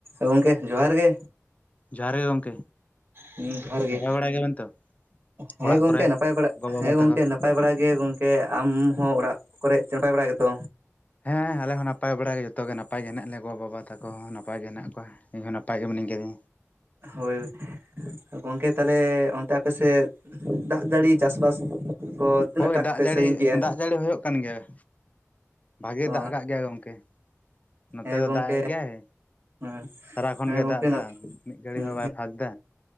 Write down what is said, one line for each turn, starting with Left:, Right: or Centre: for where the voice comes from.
Right: <inaudible> ᱜᱚᱝᱠᱮ ᱡᱚᱦᱟᱨ ᱜᱮ
Left: ᱡᱚᱦᱟᱨ ᱜᱮ ᱜᱚᱝᱠᱮ
Right: ᱦᱩᱸ ᱡᱚᱦᱟᱨ
Left: ᱱᱟᱯᱟᱭ
Right: ᱜᱮ
Left: ᱵᱟᱲᱟᱭ ᱜᱮᱭᱟ ᱵᱤᱱ ᱛᱚ
Right: ᱦᱮᱸ
Left: ᱚᱲᱟᱜ
Right: ᱜᱚᱝᱠᱮ
Left: ᱠᱚᱨᱮ
Right: ᱱᱟᱯᱟᱭ ᱵᱟᱲᱟᱜ
Left: ᱜᱚ ᱵᱟᱵᱟ
Right: ᱦᱮᱸ ᱜᱚᱝᱠᱮ
Left: ᱛᱟᱠᱚ?
Right: ᱱᱟᱯ ᱱᱟᱯᱟᱭ ᱵᱟᱲᱟ ᱜᱮ ᱜᱚᱝᱠᱮ ᱟᱢᱦᱚ ᱚᱲᱟᱜ ᱠᱚᱨᱮ ᱱᱟᱯᱟᱭ ᱵᱟᱲᱟ ᱜᱮᱛᱚ
Left: ᱦᱮᱸ ᱟᱞᱮ ᱦᱚᱸ ᱱᱟᱯᱟᱭ ᱵᱟᱲᱟ ᱜᱮ ᱡᱷᱚᱛᱚᱜᱮ ᱱᱟᱯᱟᱭ ᱜᱮ ᱦᱮᱱᱟᱜ ᱞᱮᱭᱟ ᱜᱚ ᱵᱟᱵᱟ ᱛᱟᱠᱚ ᱦᱚᱸ ᱱᱟᱯᱟᱭ ᱜᱮ ᱦᱮᱱᱟᱜ ᱠᱚᱣᱟ ᱤᱧ ᱦᱚᱸ ᱱᱟᱯᱟᱭ ᱜᱮ ᱢᱤᱱᱤᱧ ᱜᱮᱫᱮ
Right: ᱦᱳᱭ ᱜᱚᱝᱠᱮ ᱛᱟᱦᱚᱞᱮ ᱚᱱᱛᱮ ᱟᱯᱮ ᱥᱮᱫ ᱫᱟᱜ ᱡᱟᱹᱲᱤ ᱪᱟᱥᱵᱟᱥ ᱠᱚ ᱛᱤᱱᱟᱹᱜ
Left: ᱦᱳᱭ
Right: ᱴᱟᱜ
Left: ᱫᱟᱜ
Right: ᱯᱮ
Left: ᱡᱟᱹᱲᱤ
Right: ᱥᱟᱺᱜᱤᱧ ᱠᱮᱜᱼᱟ
Left: ᱫᱟᱜ ᱡᱟᱹᱲᱤ ᱦᱩᱭᱩᱜ ᱠᱟᱱ ᱜᱮᱭᱟ ᱵᱷᱟᱜᱮ
Right: ᱚ
Left: ᱫᱟᱜ ᱠᱟᱜ ᱜᱮᱭᱟ ᱜᱚᱝᱠᱮ ᱱᱚᱛᱮ
Right: ᱦᱮᱸ
Left: ᱫᱚ
Right: ᱜᱚᱝᱠᱮ
Left: ᱫᱟᱜ ᱮᱜ ᱜᱮᱭᱟᱭ
Right: ᱦᱮᱸ
Left: ᱥᱟᱨᱟ ᱠᱷᱚᱱ
Right: ᱦᱮᱸ
Left: ᱜᱮ
Right: ᱜᱚᱝᱠᱮ
Left: ᱫᱟᱜ ᱫᱟ ᱢᱤᱫ ᱜᱷᱟᱹᱲᱤ
Right: ᱦᱮᱸ
Left: ᱦᱚᱸ ᱵᱟᱭ ᱯᱷᱟᱸᱠ ᱫᱟ